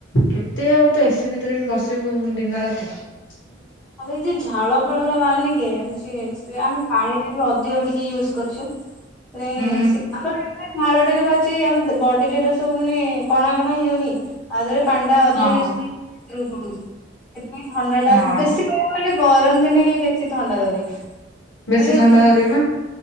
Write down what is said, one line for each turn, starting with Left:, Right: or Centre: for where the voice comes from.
Left: କେତେ ଆଉ ତ ଏ ସିି ଭିତରେ ବି ବସିବୁ ଦିନ ରାତି? ହୁଁ
Centre: ଆଉ ଏଇ ଯଉ ଝାଳ ଫାଳ ଗୁରା ବାହାରୁନି କି ହଉଛି ସେ ଆମେ ପାଣି। ଏବେ ଅଧିକ ଟିକେ ୟୁଜ୍ କରୁଛୁ ସେଥିପାଇଁ
Left: ହୁଁ
Centre: ସି। ଝାଳ ଟା ଯୋଉ ଅଛି ଆମ ବେ ବଡି ଟା ରେ ସବୁ ମାନେ କଣା କଣା ହେଇଯାଉନି ଆଉ ଦେ ପାଣି ଟା ଅଧିକ
Left: ହଁ।
Centre: ୟୁଜ କଲେ ଭିତରକୁ ପଳଉଛି ସେଥିପାଇଁ ଥଣ୍ଡା ଟା
Left: ହଁ
Centre: ବେଶୀ। ମୁଁ କହିଲି ଗରମ ଦିନେ ହିଁ ବେଶୀ ଥଣ୍ଡା ଧରେ।
Left: ବେଶୀ
Centre: ମାନେ
Left: ଥଣ୍ଡା ଧରିଅ ପା।